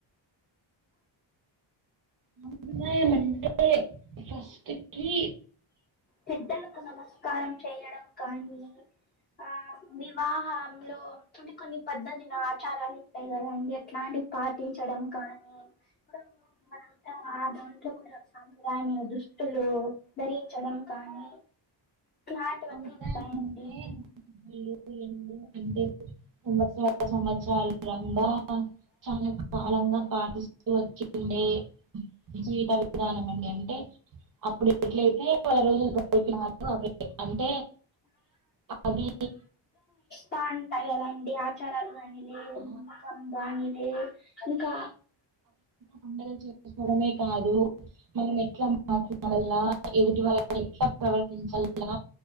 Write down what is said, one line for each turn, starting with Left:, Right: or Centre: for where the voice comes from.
Right: సంప్రదాయం అంటే ఫస్ట్ కి
Left: పెద్దలకు నమస్కారం చేయడం కానీ ఆ వివాహ లో కొన్ని కొన్ని పద్ధతి లు ఆచారాలు ఉంటాయి కదండి ఇట్లాంటివి పాటించడం కానీ ఇప్పుడు మనం అంతా ఆ దాంట్లో కూడా సాంప్రదాయ మే దుష్ తులు ధరించడం కానీ కాటువన్ని
Right: సాంప్రదాయం
Left: ఉంటాయండి
Right: అంటే <unintelligible> అంటే ఉన్ <unintelligible> సంవత్సరలుంగా చాలా కాలంగా పాటిస్తూ వచ్చి ఉండే జీవిత విధానం అండి అంటే అప్పుడు <unintelligible> రోజులు అవి అంటే అది
Left: తా అంటే ఎలా అండి ఆచారాలు కా లే
Right: ఆ,
Left: నమ్మకం కానీ లే ఇంకా
Right: పండగ చేసుకోవడమే కాదు మనం ఎట్ల మాట్లాడల్లా ఎదుటి వాళ్ల ఎట్లా ప్రవర్తించల్లా